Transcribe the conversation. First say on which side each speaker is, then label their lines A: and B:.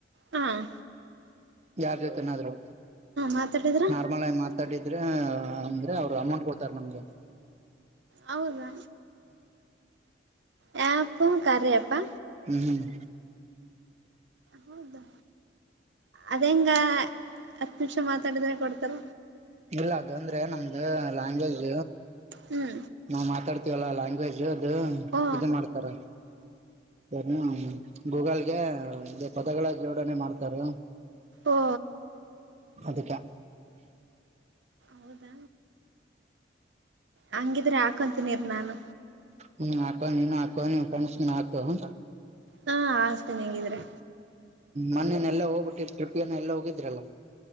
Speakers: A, on the right (about 70°); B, on the right (about 35°).
A: ಹಾಂ
B: ಯಾರ್ ಜೊತೆನಾದ್ರು
A: ಮಾತಾಡಿದ್ರ
B: ನಾರ್ಮಲ್ ಆಗಿ ಮಾತಾಡಿ ದ್ರ ಅಂದ್ರೆ ಅವ್ರು ಅಮೌಂಟ್ ಕೊಡ್ತಾರ ನಮ್ಗ
A: ಹೌದಾ ಯ್ಯಾ ಪೂ ಕಾರ್ಯ ಯಾಪಾ
B: ಹ್ಮ್
A: ಹೌದಾ ಅದೇ ಹೆಂಗ ಹತ್ತನಿಮಿಷ ಮಾತಾಡಿದ್ರೆ ಕೊಡ್ತರ
B: ಇಲ್ಲ ಅದ ಅಂದ್ರೆ ನಮ್ದು ಲ್ಯಾಂಗ್ವೇಜ್
A: ಹ್ಞೂ
B: ನಾವ್ ಮಾತಾಡ್ತೀ ತಿವಲಾ ಲಾಂಗ್ವೇಜ್ ಅ
A: ಓ
B: ಇದು ಮಾಡ್ತಾರ <unintelligible> ಗೂಗಲ್ಗೆ ಪದಗಳ ಜೋಡನೇ ಮಾಡ್ತಾರೆ
A: ಓ
B: ಅದಕ್ಕೇ
A: ಹೌದು ಹಂಗಿದ್ರೆ ಹಾಕಂತನಿರಿ ನಾನು
B: ಹ್ಮ್ ಹಾಕೊ ನೀನು ಹಾಕೊ ನಿನ್ನ ಫ್ರೆಂಡ್ಸ್ಗೂ ಹಾಕು ಹ್ಮ
A: ಹಾ ಹಾಕ್ತೀನಿ ಹಂಗಿದ್ರೆ
B: ಮೊನೇನೆಲ್ಲ ಹೋಗ್ಬಿಟ್ಟಿ ಟ್ರಿಪ್ಪೀಗೇನ ಎಲ್ಲ ಹೋಗಿದ್ರಲ್ಲ